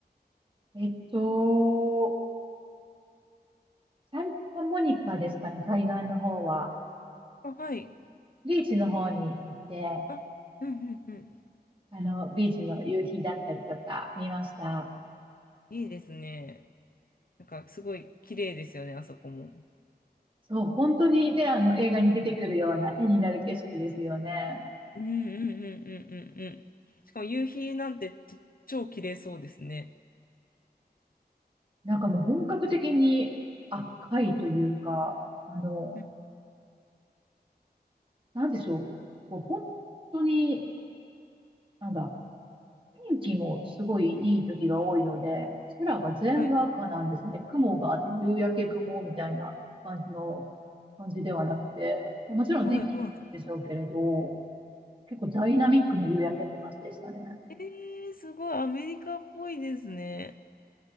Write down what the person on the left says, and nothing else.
あ、はい。
あ、うんうんうん。
いいですね。なんかすごい綺麗ですよね、あそこも。
うんうんうんうんうんうん。しかも夕日なんてと超綺麗そうですね。
うん
はい
はいは
い。えー、すごいアメリカっぽいですね。